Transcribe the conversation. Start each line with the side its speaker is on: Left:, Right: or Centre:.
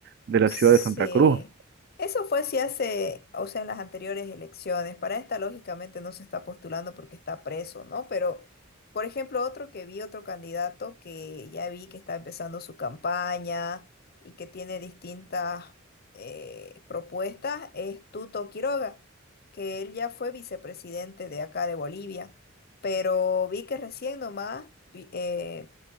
Right: de la
Left: Sí,
Right: ciudad de Santa Cruz.
Left: eso fue si hace, o sea, en las anteriores elecciones. Para esta, lógicamente, no se está postulando porque está preso, ¿no? Pero, por ejemplo, otro que vi, otro candidato que ya vi que está empezando su campaña y que tiene distintas eh, propuestas es Tuto Quiroga, que él ya fue vicepresidente de acá de Bolivia, pero vi que recién nomás vi- eh,